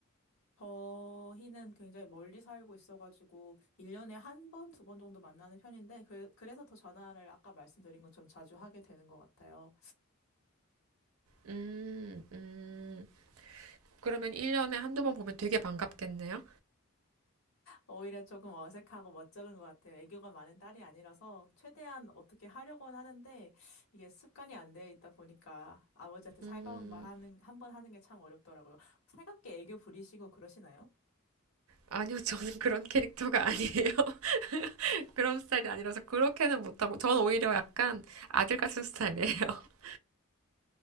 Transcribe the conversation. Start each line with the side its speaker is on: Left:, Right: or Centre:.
Left: 저희는 굉장히 멀리 살고 있어가지고 1년에 한 번, 두 번 정도 만나는 편인데 그, 그래서 더 전화를 아까 말씀드린 것처럼 자주 하게 되는 것 같아요.
Right: 음, 음. 그러면 1년에 한두 번 보면 되게 반갑겠네요?
Left: 오히려 조금 어색하고 멋쩍은 것 같아요. 애교가 많은 딸이 아니라서 최대한 어떻게 하려고는 하는데 이게 습관이 안 돼 있다 보니까 아버지한테 살가운
Right: 음,
Left: 말 하는, 한 번 하는 게 참 어렵더라고요. 살갑게 애교 부리시고 그러시나요?
Right: 아니요, <laughs> 저는 그런 캐릭터가 아니에요. <laughs> 그런 스타일이 아니라서 그렇게는 못하고, 전 오히려 약간 아들 같은 스타일이에요. <laughs>